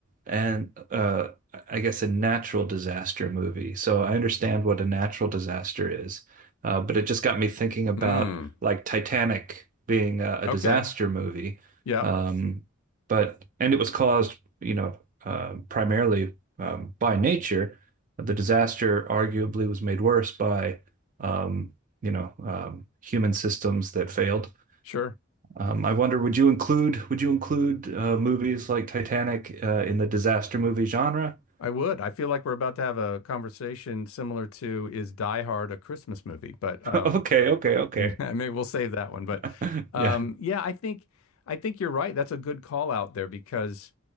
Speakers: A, on the right; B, on the left.
A: and uh, I guess a natural disaster movie. So I understand what a natural disaster is, uh, but it just got me thinking about
B: Mm.
A: like Titanic being a, a
B: Okay.
A: disaster movie.
B: Yep.
A: Um, but and it was caused, you know, uh, primarily um, by nature. The disaster arguably was made worse by um, you know um, human systems that failed.
B: Sure.
A: Um, I wonder, would you include would you include uh, movies like Titanic uh, in the disaster movie genre? <laughs>
B: I would. I feel like we're about to have a conversation similar to is Die Hard a Christmas movie? But um,
A: Okay, okay, okay.
B: <laughs> maybe we'll save that one. But
A: <laughs>
B: um,
A: Yeah,
B: yeah, I think I think you're right. That's a good call out there because